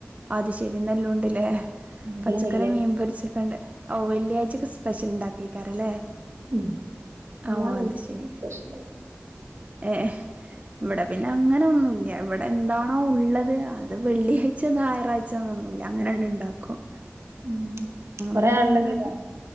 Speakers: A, on the right; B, on the right.
A: അത് ശരിന്നല്ലണ്ടില്ലേ പച്ചക്കറി
B: പിന്നെ വെള്ളി
A: മീൻ പൊരിച്ചക്കണ്ട്. ഓ വെള്ളിയായിച്ചക്കെ സ്പെഷൽണ്ടാ ട്ടീ കാരല്ലേ
B: ഉം എല്ലാ
A: ഓ
B: വെള്ളിയാഴ്ചയും
A: അത് ശരി.
B: സ്പെഷ്യല്
A: ഏ ഇവിടെ പിന്നെ അങ്ങനെ ഒന്നുമല്ല ഇവിടെ എന്താണോ ഉള്ളത് അത് വെള്ളിയാഴ്ച ഞായറാഴ്ചന്നൊന്നൂല്ല അങ്ങനെ ഉണ്ടാക്കും.
B: <inaudible>
A: നമുക്ക്
B: കൊറേ
A: പിന്നെ
B: ആളുള്ള
A: അങ്ങനെ
B: വീടാ